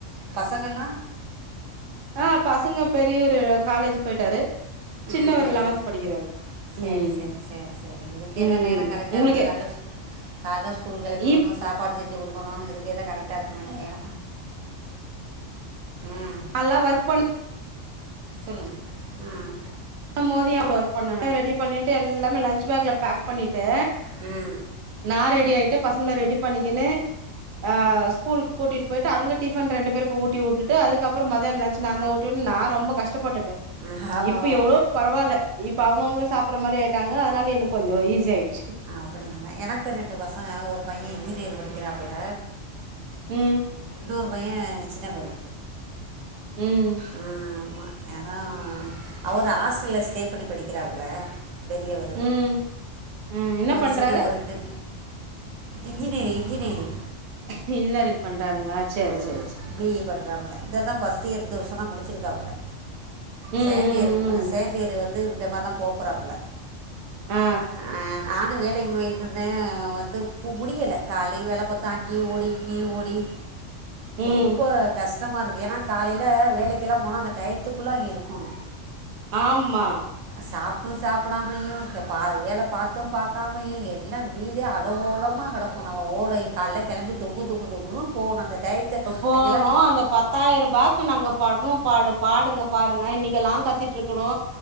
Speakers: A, on the right; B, on the right.
A: பசங்கல்ல
B: ஆ பசங்க பெரியூரு காலேஜ் போயிட்டாரு
A: ஆ
B: சின்னவர்
A: சரி
B: லெவன்த்
A: சரி
B: படிக்கிறாரு
A: சரி
B: ம்
A: சரி சரி சரி இதுக்கேதா
B: ம்
A: நேரோ கரெக்டா
B: உங்களுக்கே
A: இருக்குமே கல்ல கால்ல ஸ்கூலுக்கு கெளப்பி விடணு
B: இப்
A: சாப்பாடு செஞ்சு குடுக்கணு இதுக்கே தா கரெக்ட்டா இருக்குமே டையோ ம்
B: நல்லா ஒர்க் பண்
A: சொல்லுங்க ம்
B: போது அவ்ளோ ஒர்க் பண்ணனு எல்லா ரெடி பண்ணிட்டு எல்லாமே லஞ்ச் பேக்ல பேக் பண்ணிட்டு
A: ம்
B: நா ரெடி ஆயிட்டு பசங்கள ரெடி பண்ணிக்குனு ஆ ஸ்கூல் கூட்டிட்டு போயிட்டு அங்க டிஃபன் ரெண்டு பேருக்கு ஊட்டி வுட்டுட்டு அதுக்கப்புற மதியானோ லன்ச் நாந்தா ஊட்டிவுடனு நா ரொம்ப கஷ்டப்பட்டுட்டே
A: ம், ஆமா
B: இப்ப
A: ஆமாம்
B: எவ்ளோ பரவால்ல இப்ப அவங்கவுங்க சாப் பற மாரி ஆயிட்டாங்க அதனால எனக்கு கொஞ்ச ஈசி ஆய்டுச்சு
A: அப்படிங்களா எனக்கு ரெண்டு பசங்க ஒரு பைய இன்ஜினியர் படிக்கிறாப்புல
B: ம்
A: இன்னொரு பைய சின்ன பைய
B: ம்
A: ஆ ஆமா ஏதோ அவரு ஹாஸ்டல்ல ஸ்டே பண்ணி படிக்கிறாப்புல பெரியவரு
B: ம் ம் என்ன
A: இவரு
B: பண்றாரு
A: சின்ன ஊருனு இன்ஜினியரு இன்ஜினியரு
B: இன்ஜினியரிங் பண்றாருங்களா சேரி
A: ஆ
B: சேரி சேரி
A: பீ இ பன்றாப்புல இத தா ஃபர்ஸ்ட்டு இயர் இந்த வருஷ தா முடிச்சிருக்காப்புல
B: ம்
A: சண்டியர்
B: ம் ம்
A: சண்டியர் வந்து இந்த மாதா போகப் போறாப்ல
B: ஆ
A: ஆ நானு வேலைக்கு போயிட்டுதே வந்து மு முடியலை கால வேல பாத்தா அங்கேயு ஓடி இங்கேயு ஓடி
B: ம்
A: ரொம்ப கஷ்டமா இருக்கு ஏன்னா காலையையில் வேலைக்கெல்லா போனா அந்த டயத்துக்குள்ள அங்கே இருக்கணு
B: ஆமா
A: சாப்ட்டு சாப்பிடாமயு பா வேல பாத்து பாக்காமயு எ எல்லா வீடே ஆலங்கோலமா கெடக்கு நாம ஓல கால்ல கெளம்பி தொங்கு தொங்கு தொங்குனு போகணு அந்த டயத்து
B: போணு
A: அங்கெல்லாம்
B: அந்த பத் பத்தாயிரம்பாக்கு நாங்க பாடற பாடு பாடுங்க பாருங்க இன்னைக்கி எல்லா கத்திட்டு இருக்கணு